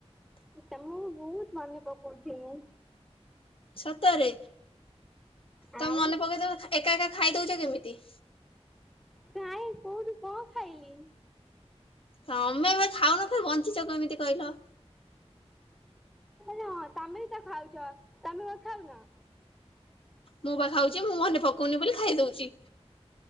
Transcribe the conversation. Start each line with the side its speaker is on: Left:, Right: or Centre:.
Centre: ତ ମୁଁ ବି ବହୁତ ମନେ ପକଉଛି ମୁଁ।
Left: ସତରେ
Centre: ଆଉ
Left: ତମ ମନେ ପକେଇ ଏକା ଏକା ଖାଇ ଦଉଛ କେମିତି?
Centre: ନାଇଁ କୋଉଠୁ କଣ ଖାଇଲି।
Left: ତମେ ଏ ଖାଉନ ଫରେ ବଞ୍ଚିଛ ଏମିତି କହିଲ।
Centre: ହଁ ତମେ ବି ତ ଖାଉଛ ତମେ ଖାଉ ନା।
Left: ମୁଁ ବା ଖାଉଛି ମୁଁ ମନେ ପକଉନି ବୋଲି ଖାଇ ଦଉଛି।